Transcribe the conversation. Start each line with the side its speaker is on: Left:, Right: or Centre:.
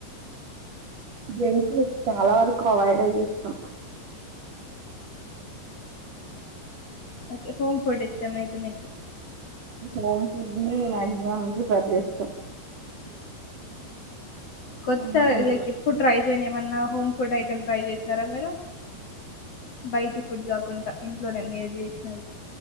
Right: జంకు చాలా వరకు అవాయిడ్ ఏ చేసాం
Left: ఓకే హోమ్ ఫుడ్ ఇష్టం అయితే మీకు
Right: హోమ్ ఫుడ్ ని మాక్సిమం ప్రిఫర్ చేస్తాం
Left: కొత్త
Right: మా ఇంట్లో
Left: లైక్ ఎప్పుడు ట్రైే చేయని ఏమన్నా హోమ్ ఫుడ్ ఐ చికెన్ ట్రై చేసారా మీరు బయటి ఫుడ్ కాకుండా ఇంట్లోనే మీరు చేసినవి